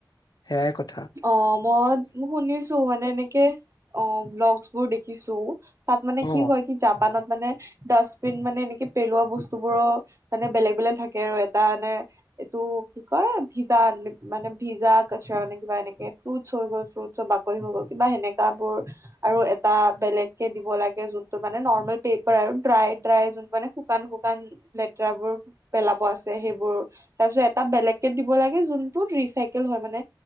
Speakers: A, on the left; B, on the right.
A: সেয় কথ।
B: অ মই শুনিছো মানে এনেকে অ ভ্লগছ বোৰ দেখিছোঁ। তাত মানে কি
A: অ
B: হয় কি জাপানত মানে। ডাষ্টবিন মানে এনেকে পেলোৱা বস্তুবোৰো মানে বেলেগ বেলেগ থাকে আৰু এটা মানে। এইটো কি কয় ভিজা মানে ভিজা কছে মানে। কিবা এনেকে ফ্ৰুটছ হৈ গ'ল ফ্ৰুটছৰ বাকলি হৈ গ'ল কিবা সেনেকা বোৰ আৰু। টা বেলেগ কে দিব লাগে যোনটো মানে নৰ্মেল পেপাৰ আৰু ড্ৰাই ড্ৰাই যোনটো মানে শুকান শুকান। লেতেৰাবোৰ। পেলাব আছে সেইবোৰ তাৰ পিছত এটা বেলেক দিব লাগে যোনটোত ৰিচাইকেল হয় মানে।